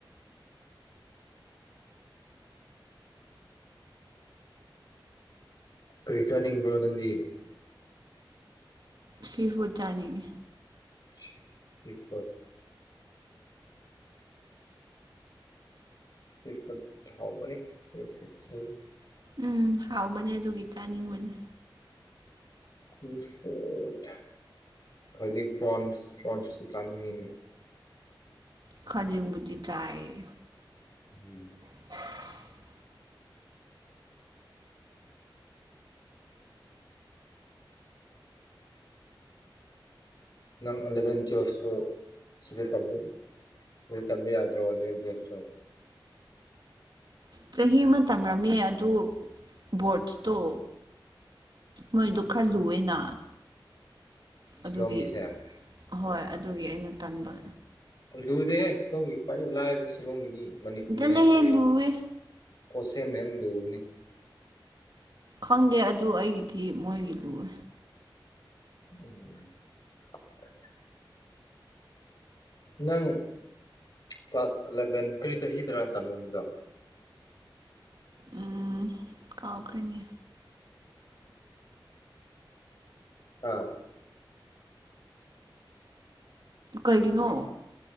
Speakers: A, on the left (about 55°); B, on the right (about 60°).
A: ꯀꯥꯔꯤ ꯆꯥꯅꯤꯡꯕ꯭ꯔꯣ ꯅꯪꯗꯤ
B: ꯁꯤꯐꯨꯠ ꯆꯥꯅꯤꯡꯉꯦ
A: ꯁꯤ ꯁꯤꯐꯨꯠ ꯁꯤꯐꯨꯠ ꯍꯥꯎꯕꯅꯦ ꯁꯤꯐꯨꯠ ꯁꯦ
B: ꯎꯝ ꯍꯥꯎꯕꯅꯦ ꯑꯗꯨꯒꯤ ꯆꯥꯅꯤꯡꯕꯅꯦ
A: ꯁꯤꯐꯨꯠ ꯍꯧꯖꯤꯛ ꯄ꯭ꯔꯣꯟꯁ ꯄ꯭ꯔꯣꯟꯁꯁꯨ ꯆꯥꯅꯤꯡꯉꯤꯅꯦ
B: ꯈꯖꯤꯡꯕꯨꯗꯤ ꯆꯥꯏꯌꯦ
A: ꯎꯝ
B: <unintelligible>
A: ꯅꯪ ꯑꯂꯕꯦꯟ ꯇꯨꯌꯦꯜꯞꯁꯨ ꯁꯤꯗ ꯇꯝꯕ ꯁꯤꯗ ꯇꯝꯕ ꯌꯥꯗ꯭ꯔꯣ ꯑꯂꯥꯕꯦꯟ ꯇꯨꯌꯦꯜꯞꯂꯁꯨ
B: ꯆꯍꯤ ꯑꯃ ꯇꯝꯔꯝꯃꯤ ꯑꯗꯨ ꯕꯣꯔꯠꯁꯇꯨ ꯃꯣꯏꯗꯨ ꯈꯔ ꯂꯨꯌꯦꯅ
A: ꯁꯤꯂꯣꯡꯒꯤꯁꯦ
B: ꯑꯗꯨꯒꯤ ꯍꯣꯏ ꯑꯗꯨꯒꯤ ꯑꯩꯅ ꯇꯥꯟꯕ
A: ꯂꯨꯗꯦ ꯁꯤꯂꯣꯡꯒꯤ ꯈ꯭ꯋꯥꯏꯗꯒꯤ ꯂꯥꯏꯕ ꯁꯤꯂꯣꯡꯒꯤꯅꯤ ꯃꯅꯤꯄꯨꯔꯅ
B: ꯆꯠꯂꯍꯦ
A: ꯍꯦꯟꯅ ꯂꯨꯕꯅꯤ
B: ꯂꯨꯋꯦ
A: ꯀꯣꯁꯦꯝꯅ ꯍꯦꯟꯅ ꯂꯨꯕꯅꯤ
B: ꯈꯪꯗꯦ ꯑꯗꯨ ꯑꯩꯒꯤꯗꯤ ꯃꯣꯏꯒꯤ ꯂꯨꯌꯦ
A: <unintelligible> ꯅꯪ ꯀ꯭ꯂꯥꯁ ꯑꯦꯂꯚꯦꯟ ꯀꯔꯤ ꯆꯍꯤ ꯗꯔꯥ ꯇꯝꯃꯝꯕꯗꯣ
B: ꯎꯝ ꯀꯥꯎꯈ꯭ꯔꯦꯅꯦ
A: ꯍꯥ
B: ꯀꯩꯒꯤꯅꯣ